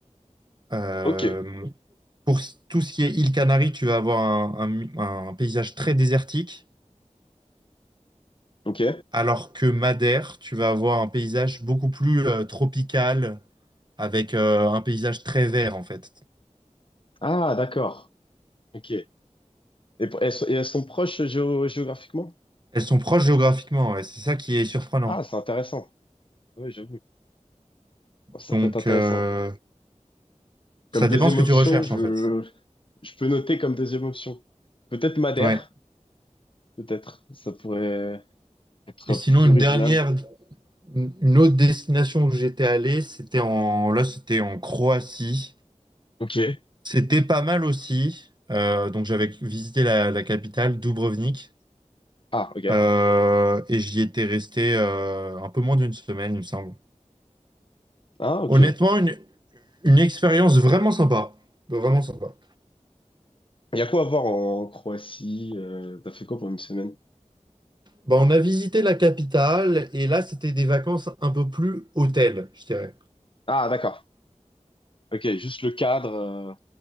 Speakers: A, on the right (about 35°); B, on the left (about 45°).
A: Euh,
B: Ok.
A: Pour s- tout ce qui est île Canaries, tu vas avoir un, un- un paysage très désertique,
B: Ok.
A: alors que Madère, tu vas avoir un paysage beaucoup plus euh, tropical, avec euh, un paysage très vert en fait.
B: Ah, d'accord. Ok. Et, pour- elles, sont- et elles sont proches géo- géographiquement?
A: Elles sont proches géographiquement, ouais, c'est ça qui est surprenant.
B: Ah, c'est intéressant. Oui, j'avoue. Ça
A: Donc
B: peut être intéressant.
A: euh,
B: Comme
A: ça dépend
B: deuxième
A: ce
B: option,
A: que tu recherches
B: je,
A: en fait.
B: je peux noter comme deuxième option. Peut-être Madère,
A: Ouais.
B: peut-être. Ça pourrait être
A: Et sinon,
B: plus
A: une
B: original.
A: dernière, une une autre destination où j'étais allé, c'était en, là, c'était en Croatie.
B: Ok.
A: C'était pas mal aussi. Euh, donc j'avais visité la, la capitale, Dubrovnik.
B: Ah, ok.
A: Euh, et j'y étais resté euh, un peu moins d'une semaine, il me semble.
B: Ah, ok.
A: Honnêtement,
B: Il
A: une, une expérience vraiment sympa. Vraiment sympa.
B: y a quoi à voir en Croatie? euh, t'as fait quoi pour une semaine?
A: Bah, on a visité la capitale et là, c'était des vacances un peu plus hôtel, je dirais.
B: Ah, d'accord. Ok, juste le cadre. euh,